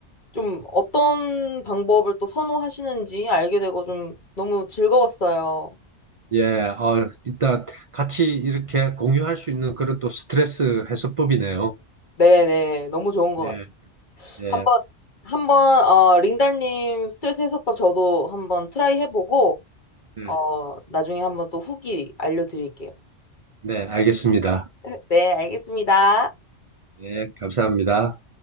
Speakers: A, on the left; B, on the right.
A: 좀 어떤 방법을 또 선호하시는지 알게 되고 좀 너무 즐거웠어요.
B: 예, 어, 일단 같이 이렇게 공유할 수 있는 그런 또 스트레스 해소법이네요.
A: 네네, 너무 좋은 것
B: 네,
A: 같아요.
B: 네,
A: 한번, 한번, 어, 링달님 스트레스 해소법 저도 한번 트라이 해보고,
B: 네,
A: 어, 나중에 한번 또 후기 알려드릴게요.
B: 네, 알겠습니다.
A: <laughs> 네, 알겠습니다.
B: 네, 감사합니다.